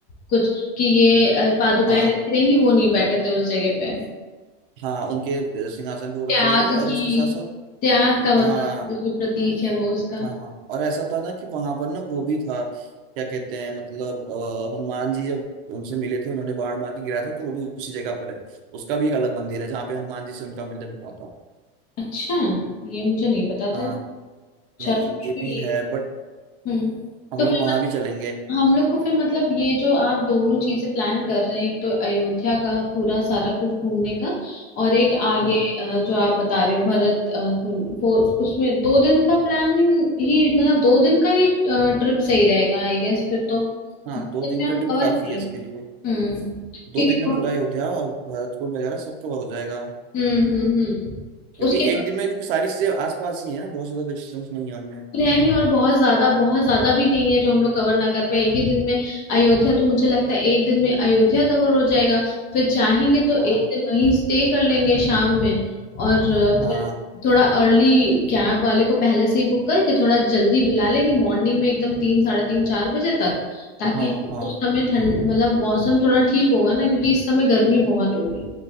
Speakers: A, on the left; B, on the right.
A: कुछ कि ये अ, पादुकाएं
B: हाँ
A: रखी रहेंगी वो नहीं बैठे थे उस जगह पे
B: हाँ उनके सिंहासन पे वो
A: त्याग
B: रखी रहेगी और
A: की
B: उसके साथ साथ
A: त्याग का
B: हाँ
A: मतलब जो प्रतीक है वो उसका
B: हाँ हाँ और ऐसा था ना कि वहां पर ना वो भी था क्या कहते हैं मतलब अ, हनुमान जी जब उनसे मिले थे उन्होंने बाण मार के गिराया था तो वो भी उसी जगह पर है उसका भी एक अलग मंदिर है जहाँ पे हनुमान जी से उनका मिलन हुआ था
A: अच्छा ये मुझे नहीं पता
B: हाँ
A: था चलो
B: नहीं
A: ठीक
B: ये
A: है
B: भी
A: ये
B: है बट
A: हम्म
B: हम
A: तो फिर
B: लोग वहां भी चलेंगे
A: हम लोग को फिर मतलब ये जो आप दोनों चीजें प्लान कर रहे हैं एक तो अयोध्या का पूरा सारा कुछ घूमने का और एक आगे
B: हाँ
A: अ, जो आप बता रहे हो भरत अ, कुंड, वो उसमें दो दिन का प्लानिंग ही मतलब दो दिन का ही ट्रिप सही रहेगा आई गेस फिर तो
B: हाँ
A: दिन
B: दो दिन
A: में हम
B: का ट्रिप
A: कवर
B: काफी
A: कर लेंगे
B: है इसके लिए
A: हम्म
B: दो
A: क्योंकि
B: दिन में पूरा अयोध्या और भरतपुर वगैरह सब कवर हो जाएगा
A: हम्म हम्म हम्म
B: क्योंकि
A: उसके
B: एक दिन में क्योंकि सारी चीजें आसपास ही है ना बहुत ज्यादा डिस्टेंस नहीं है उनमें
A: है नहीं और बहुत ज्यादा बहुत ज्यादा भी नहीं है जो हम लोग कवर ना कर पाए एक ही दिन में अयोध्या तो मुझे लगता है एक दिन में अयोध्या कवर हो जाएगा फिर चाहेंगे तो
B: हाँ
A: एक दिन वहीं स्टे कर लेंगे शाम में और अ,
B: हाँ
A: फिर थोड़ा अर्ली कैब वाले को पहले से ही बुक करके थोड़ा जल्दी बुला लेंगे मॉर्निंग में एकदम तीन साढ़े तीन चार बजे तक ताकि
B: हाँ हाँ
A: उस समय ठंड मतलब मौसम थोड़ा ठीक होगा ना क्योंकि इस समय गर्मी बहुत होगी